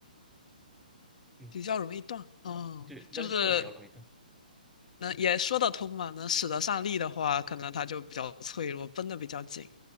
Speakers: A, in the centre; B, on the left (about 50°).
A: 嗯，
B: 比较容易断，哦，
A: 就那个线比较容易断。
B: 就是能也说得通嘛，能使得上力的话，可能它就比较脆弱，绷得比较紧，